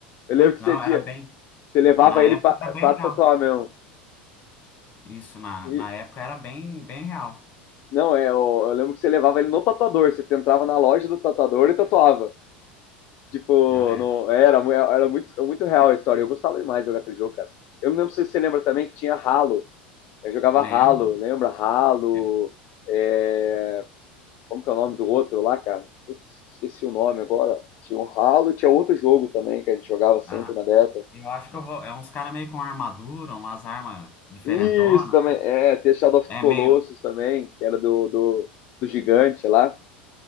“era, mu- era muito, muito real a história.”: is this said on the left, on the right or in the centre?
Left